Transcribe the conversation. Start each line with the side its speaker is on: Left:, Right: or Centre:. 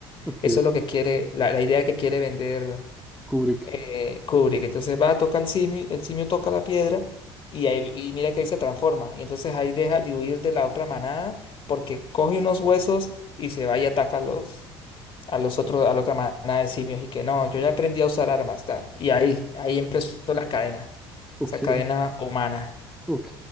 Centre: Ok.
Left: Eso es lo que quiere, la, la idea que quiere vender
Centre: Kubrick.
Left: eh, Kubrick. Entonces va, toca el simio, el simio toca la piedra y, ahí, y mira que ahí se transforma. Y entonces ahí deja de huir de la otra manada porque coge unos huesos y se va y ataca a los, a los otros, a la otra manada de simios. Y que no, yo ya aprendí a usar armas, tal. Y ahí, ahí empezó la cadena,
Centre: Ok,
Left: esa cadena humana.
Centre: ok.